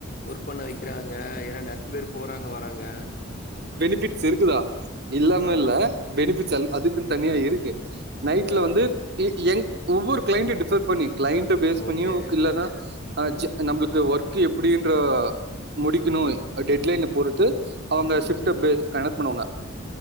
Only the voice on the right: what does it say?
பெனிபிட்ஸ் இருக்குதா இல்லாம
இல்ல பெனிபிட்ஸ் அல் அதுக்குன் தனியா இருக்கு நைட்ல
வந்து ஏ எங் ஒவ்வொரு கிளைண்ட டிபர் பண்ணி கிளைண்ட்ட பேஸ் பண்ணியு
இல்லனா ஆ ஜெ நம்ளுக்கு ஒர்க்கு எப்டின்ற முடிக் முடிக்கணு டெட்லைன் அ பொறுத்து அவுங்க ஷிப்ட
பேஸ் கனக்கு பண்ணுவாங்க